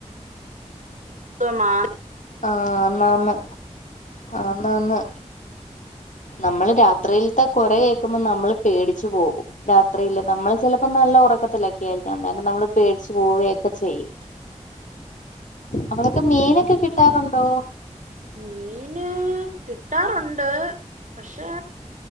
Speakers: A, on the right (about 85°); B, on the left (about 85°).
A: <unintelligible> മാ
B: ആ ആന്ന് ആന്ന് ആന്നാന്ന് നമ്മള് രാത്രിലത്തെ കോര കേക്കുമ്പോ നമ്മള് പേടിച്ചു പോകും രാത്രിയില് നമ്മള് ചിലപ്പോ നല്ല ഉറക്കത്തിലൊക്കെ ആയിരിക്കും അന്നേരം നമ്മള് പേടിച്ചു പോവുകയൊക്കെ ചെയ്യും അവിടെക്കെ മീനൊക്കെ കി കിട്ടാറുണ്ടോ
A: മീന് കിട്ടാറൊണ്ട് പക്ഷെ